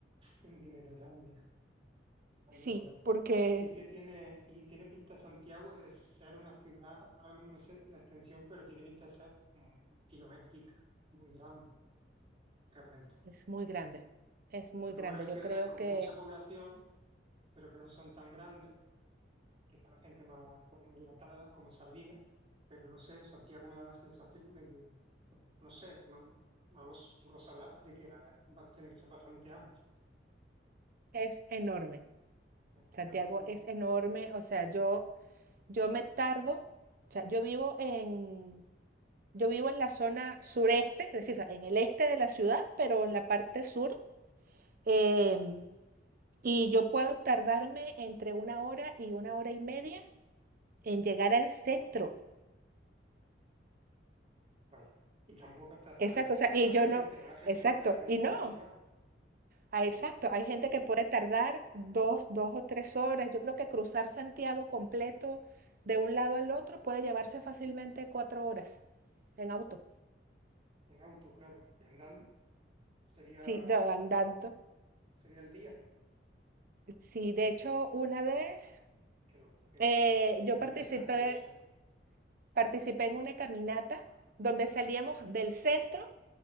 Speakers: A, on the right; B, on the right.
A: un Dinerolandia. Vaya,
B: Sí,
A: pues.
B: porque
A: Sí que tiene, y tiene pinta Santiago de ser una ciudad, ahora mismo no sé la extensión, pero tiene pinta de ser mm, kilométrica, muy grande, realmente.
B: Es muy grande, es muy
A: Porque
B: grande.
A: bueno, hay ciudades
B: Yo creo
A: con
B: que
A: mucha población, pero que no son tan grandes quizá la gente más como enlatada, como sardina, pero no sé, Santiago me da la sensación de que, no sé, no, no lo s- tú lo sabrás, de que eh, va- tiene que ser bastante amplia,
B: es enorme.
A: ¿eh?
B: Santiago
A: no es como,
B: es enorme. O sea, yo, yo me tardo. O sea, yo vivo en, yo vivo en la zona sureste, es decir, o sea, en el este de la ciudad, pero en la parte sur. em, y yo puedo tardarme entre una hora y una hora y media en llegar al centro.
A: vaya, y tampoco está tan
B: Exacto,
A: alejada
B: o sea, y
A: realmente,
B: yo no,
A: habrá gente
B: exacto.
A: que tarde
B: Y
A: mucho
B: no,
A: más,
B: Ah,
A: claro,
B: exacto, hay gente que puede tardar dos, dos o tres horas. Yo creo que cruzar Santiago completo de un lado al otro puede llevarse fácilmente cuatro horas en auto.
A: en auto, claro, y andando, sería,
B: Sí, de- andando.
A: sería el día,
B: Sí, de hecho, una vez
A: que lo, que,
B: eh,
A: que, que
B: yo
A: impresionante
B: participé,
A: eso, ¿eh?
B: participé en una caminata donde salíamos del centro